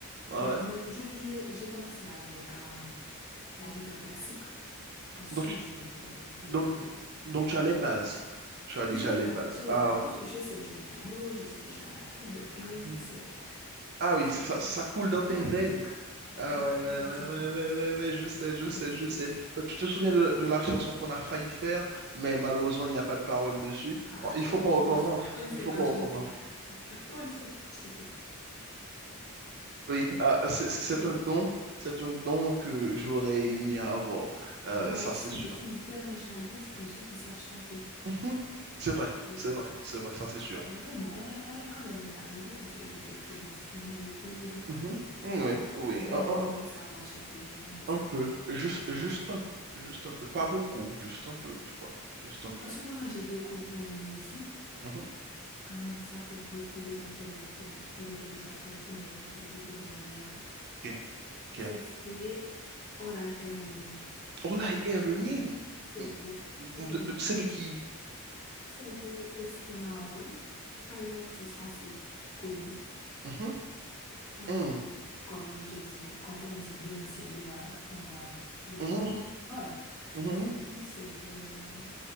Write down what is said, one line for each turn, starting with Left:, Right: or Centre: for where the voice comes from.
Right: Ah
Left: Yeah,
Right: ouais.
Left: mais je, je, j'ai commencé avec euh, la guitare classique. Ensuite,
Right: Donc, tu-
Left: je vais prendre la guitare
Right: donc,
Left: électrique.
Right: donc tu as les bases, tu as déjà
Left: J'ai les
Right: les
Left: bases,
Right: bases.
Left: j'ai
Right: Ah
Left: les bases. Parce
Right: ouais.
Left: que je sais jouer au piano, je sais jouer à la flûte. Donc, la musique,
Right: Mhm.
Left: c'est,
Right: Ah
Left: c'est,
Right: oui, c'est ça, ça coule dans tes
Left: c'est mon
Right: veines.
Left: petit truc.
Right: Ah ouais,
Left: C'est
Right: ouais,
Left: mon
Right: ouais,
Left: petit truc.
Right: ouais, ouais, ouais, ouais, ouais, je sais, je
Left: Mon
Right: sais,
Left: petit
Right: je
Left: truc.
Right: sais. Euh, Tu te souviens de, de la chanson qu'on a failli faire, mais malheureusement, il n'y a pas de parole dessus.
Left: Malheureusement.
Right: Bon, il faut qu'on recommence.
Left: <laughs> On ne
Right: Il
Left: sait
Right: faut
Left: pas
Right: qu'on
Left: chanter.
Right: recommence.
Left: On ne sait pas chanter.
Right: Oui, ah, c'est c'est- c'est
Left: On ne
Right: un
Left: sait
Right: don. C'est un don que j'aurais aimé avoir. Euh,
Left: Moi
Right: ça,
Left: aussi,
Right: c'est sûr.
Left: je suis vraiment jalouse des gens qui savent chanter.
Right: Mhm. C'est vrai,
Left: Mais,
Right: c'est vrai, c'est vrai, ça, c'est sûr.
Left: mais, mais bon, on est, on est quand même dans la musique, on sait jouer quelques instruments et tout, donc.
Right: Mhm. Oui, oui,
Left: Mais
Right: un,
Left: j'aimerais
Right: un-
Left: savoir chanter, j'aimerais savoir
Right: un peu.
Left: chanter.
Right: Juste, juste un peu. Juste un peu. Pas beaucoup, juste un peu, tu vois. Juste un peu.
Left: En ce moment, j'ai découvert une musique.
Right: Mhm.
Left: Euh, ça fait beaucoup de temps qu'elle était, qu'elle était déjà sortie, mais je l'ai découvert hier.
Right: Ok, laquelle?
Left: C'est titré All I Ever Need.
Right: All
Left: C'est
Right: I ever
Left: vraiment
Right: need.
Left: beau. C'est
Right: Mm,
Left: beau. C'est vraiment
Right: de- de-
Left: beau
Right: C'est
Left: comme
Right: de qui?
Left: chanson. C'est de Austin Mahone, pas une artiste assez connue.
Right: Mhm,
Left: Un
Right: mm,
Left: autre, comme je dis, quand on dit Beyoncé, on le voit, on voit déjà
Right: mhm,
Left: le Paul.
Right: mhm,
Left: Mais lui, c'est vraiment